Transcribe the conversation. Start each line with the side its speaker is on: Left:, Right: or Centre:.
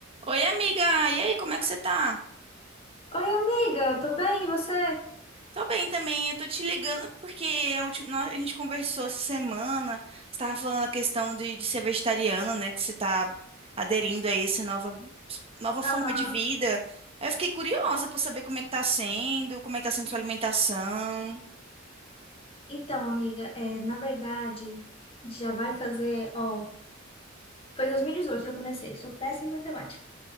Right: Oi, amiga! E aí, como é que você tá?
Left: Oi, amiga, tô bem, e você?
Right: Tô bem também, eu tô te ligando porque a última, nós- a gente conversou essa semana, você tava falando a questão de, de ser vegetariano, né, que você tá aderindo a essa nova, nova
Left: Aham.
Right: forma de vida. Aí Eu fiquei curiosa pra saber como é que tá sendo, como é que tá sendo sua alimentação.
Left: Então, amiga, é, na verdade, já vai fazer, ó, foi em 2018 que eu comecei, sou péssima em matemática,